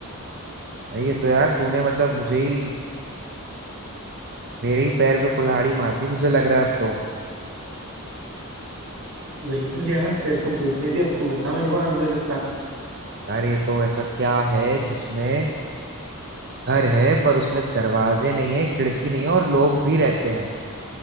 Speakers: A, on the right; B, on the right.
A: भाई ये तो यार तूने मतलब मुझे ही मेरे ही पैर पे कुल्हाड़ी मार दी मुझे लग रहा है अब तो
B: बिल्कुल यार तेरे को पूछनी थी अब तू बता मेरे को आंसर इसका
A: यार ये तो ऐसा क्या है जिसमें घर है पर उसमें दरवाजे नहीं है खिड़की नहीं है और लोग भी रहते हैं